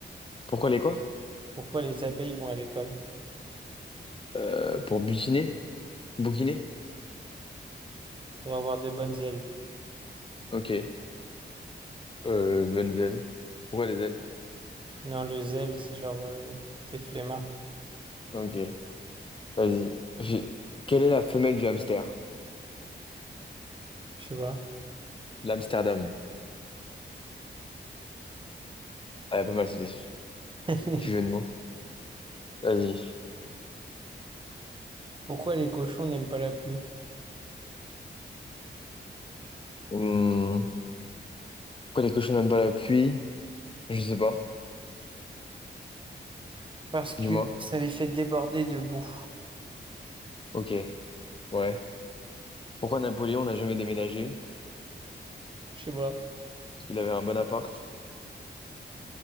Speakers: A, on the left; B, on the right.
A: Pourquoi les quoi?
B: Pourquoi les abeilles vont à l'école?
A: Euh, pour butiner? Bouquiner?
B: Pour avoir de bonnes ailes.
A: Ok. Euh, bonnes ailes. Pourquoi les ailes?
B: Non, le zèle, c'est genre euh, t'es flemmard.
A: Ok, vas-y. J'ai- Quelle est la femelle du hamster?
B: Je sais pas.
A: L'Amsterdam. Ah, pas mal, c'est des
B: <laughs>
A: petits jeux de mots. Vas-y.
B: Pourquoi les cochons n'aiment pas la pluie?
A: Hmm. Pourquoi les cochons n'aiment pas la pluie? Je sais pas.
B: Parce que
A: Dis-moi.
B: ça les fait déborder de boue.
A: Ok, ouais. Pourquoi Napoléon n'a jamais déménagé?
B: Je sais pas.
A: Parce qu'il avait un bon appart.